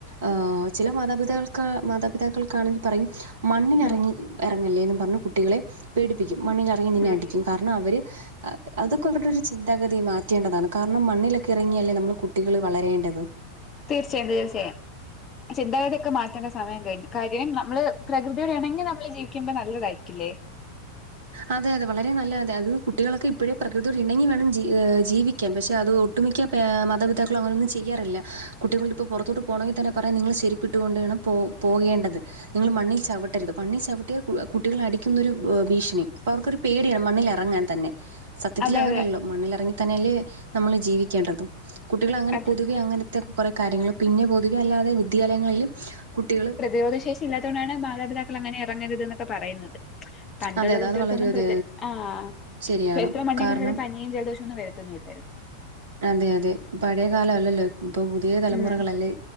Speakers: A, on the right; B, on the left.
A: ആഹ് ചില മാതാപിതാക്കൾ മാതാ പിത പിതാക്കൾക്കാണെങ്കിൽ പറയും മണ്ണിലിറങ്ങി
B: ഉം
A: ഇറങ്ങല്ലേന്ന് പറഞ്ഞു കുട്ടികളെ പേടിപ്പിക്കും മണ്ണിലിറങ്ങിയാ നിന്നെ
B: ഉം
A: അടിക്കും കാരണം അവര് അതൊക്കെ ഇവരുടെ ഒരു ചിന്താഗതി മാറ്റേണ്ടതാണ് കാരണം മണ്ണിലൊക്കെ ഇറങ്ങിയാലേ നമ്മടെ കുട്ടികൾ വളരേണ്ടത്
B: തീർച്ചയായും തീർച്ചായും ചിന്താഗതിയൊക്കെ മാറ്റേണ്ട സമയം കഴിഞ്ഞു കാര്യം നമ്മള് പ്രകൃതിയോട് ഇണങ്ങി നമ്മള് ജീവിക്കുമ്പോ നല്ലതായിരിക്കില്ലേ
A: അതെ അതെ വളരെ നല്ല അതെ അത് കുട്ടികളൊക്കെ ഇപ്പോഴേ പ്രകൃതിയോട് ഇണങ്ങി വേണം ജീവിക്കാൻ പക്ഷെ അത് ഒട്ടുമിക്ക മാതപിതാക്കളും അങ്ങനെയൊന്നും ചെയ്യാറില്ല കുട്ടികളുടെ ഇപ്പോ പുറത്തോട്ട് പോണമെങ്കി തന്നെ പറയും നിങ്ങൾ ചെരിപ്പിട്ടു കൊണ്ട് വേണം പോ പോകേണ്ടത് നിങ്ങൾ മണ്ണിൽ ചവിട്ടരുത് മണ്ണിൽ ചവിട്ടിയാൽ കു കുട്ടികൾ അടിക്കുന്നൊരു ഭ് ദിഷ്ണി പ്പോവർക്കൊരു പേടിയാ മണ്ണിൽ എറങ്ങാൻ തന്നെ സത്യത്തിൽ
B: അതെ
A: അങ്ങനെയല്ലോ
B: അതെ
A: മണ്ണിലറങ്ങിത്തന്നേല്ലേ നമ്മള് ജീവിക്കേണ്ടത് കുട്ടികൾ അങ്ങനെ
B: അത്
A: പൊതുവെ അങ്ങനത്തെ കൊറെ കാര്യങ്ങൾ പിന്നെ പൊതുവെ അല്ലാതെ വിദ്യാലയങ്ങളില് കുട്യേള്
B: രോധശേഷ് ഇല്ലാത്തൊണ്ടാണ് മാതാപിതാക്കൾ അങ്ങനെ ഇറങ്ങരുത് ന്നൊക്കെ പറയുന്നത് പണ്ട്ള്ള
A: അതെ അതെ
B: കുട്ടേൾക്കന്നും
A: അത് വളരെ ഒരു
B: പ്രതി ആഹ്
A: ശരിയാണ്.
B: എത്ര മണ്ണി
A: കാരണം
B: നിന്ന്ട്ട്ട് തനി നീ ജൽദോഷൊന്നും വരത്തൊന്നുല്ലായിര്ന്നു
A: അതെ അതെ പഴയ കാലല്ലല്ലോ ഇപ്പൊ പുതിയ തലമുറകളല്ലേ
B: ഉം